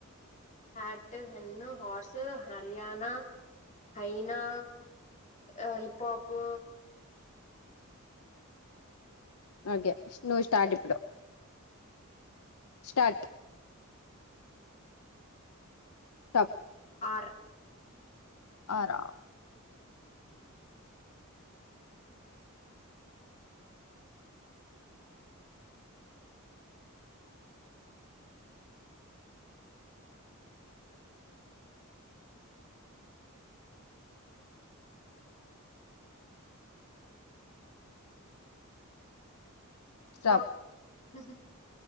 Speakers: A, on the left; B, on the left.
A: హ్యాట్ హన్ను హార్సు హర్యానా హైనా ఆ హిప్పోప్
B: ఓకే నువ్వు స్టార్ట్ ఇప్పుడు స్టార్ట్ స్టాప్
A: ఆరు
B: ఆరా స్టాప్
A: స్ ఉహు